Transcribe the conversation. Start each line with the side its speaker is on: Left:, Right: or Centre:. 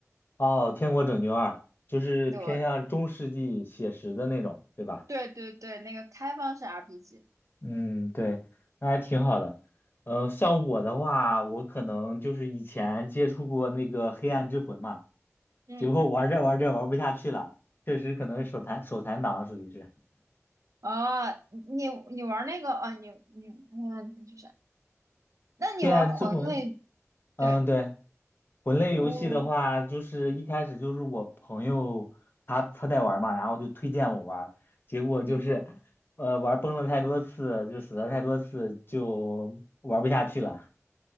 Left: 哦，《天国拯救二》就是偏向中世纪写实的那种，
Right: 对
Left: 对吧？
Right: 对对对，那个开放式 RPG，
Left: 嗯，对，那还挺好的。呃，像我的话，我可能就是以前接触过那个《黑暗之魂》嘛，
Right: 嗯，
Left: 结果玩着玩着玩不下去了，确实可能手残手残党属于是
Right: 啊，你你玩那个啊，你你哎呀，你这是，那你玩魂类？
Left: 《黑暗之魂》。嗯，
Right: 对，
Left: 对，魂类游戏的话，
Right: 哦，
Left: 就是一开始就是我朋友他他在玩嘛，然后就推荐我玩儿结果就是，
Right: 嗯，
Left: 呃，玩儿崩了太多次，就死了太多次，就玩不下去了。